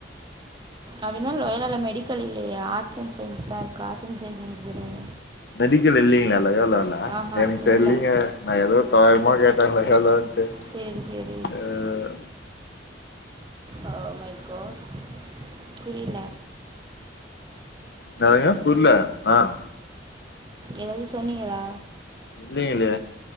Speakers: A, on the right; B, on the left.
A: அப்டினா லயோலால மெடிக்கல் இல்லயே ஆர்ட்ஸ் அன் சயின்ஸ் தா இருக்கு arts and science engineering
B: medical இல்லைங்ளா லயோலால
A: ஆஹா
B: எனக்கு
A: இல்லை
B: தெரிலைங்க நா எதோ ஆமாங்க கலகலன்ட்டு
A: சரி சரி
B: அஹ்
A: ஓ மை காட் புரிய்ல
B: நெறைய புர்ல ஆஹ்
A: எதாவ்து சொன்னீங்களா
B: இல்லைங்லே